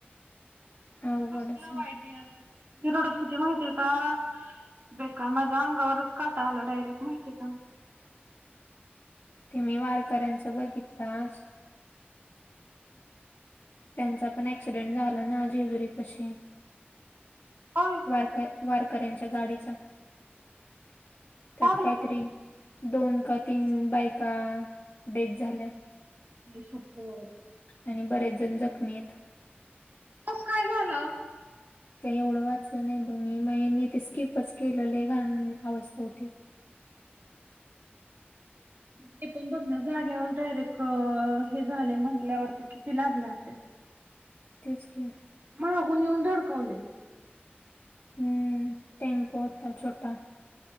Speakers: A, on the left; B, on the right.
A: अवघडच
B: कसलं
A: आहे.
B: वाईट यार. ती रडत होती, माहतीय का? बेकार. माझ्या अंगावरच काटा आला डायरेक्ट, माहितेय का?
A: ते मी वारकऱ्यांचं बघितलं आज. त्यांचा पण, ऍक्सिडेंट झाला ना जेजुरीपशी.
B: होय.
A: वारक वारकऱ्यांच्या गाडीचा. त्यात
B: लागलं
A: काहीतरी
B: का
A: दोन का तीन बायका, डेथ झाल्या.
B: आई शप्पथ.
A: आणि बरेच जण जखमीयत.
B: कसं, काय झाल?
A: <inaudible> काय एवढं वाचलं नाही बघ, मी. म मी ते स्किपच केलं. लय घाण अवस्था होती.
B: ते पण बघ ना, जागेवर डायरेक् अ हे झाले म्हंटल्यावर, ती किती लागला असेल.
A: तेच, की.
B: म्हागून येऊन धडकवलय.
A: हम्म. टेम्पो होता छोटा.